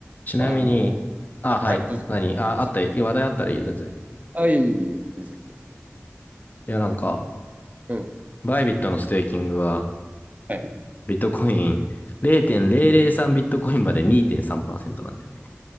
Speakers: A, on the left (about 40°); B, on the right (about 35°).
A: ちなみに、
B: あの、
A: あ、はい。
B: はい、どうぞ。
A: 何あ、
B: あ、
A: あった、
B: そ
A: いや話題あったらいいよ、全然。
B: あ、いえいえいえいえ、全然先で。
A: いや、なんか、
B: うん。
A: バイビットのステーキングは、
B: はい。
A: ビットコイン0.003ビットコインまで2.3%なんだよね。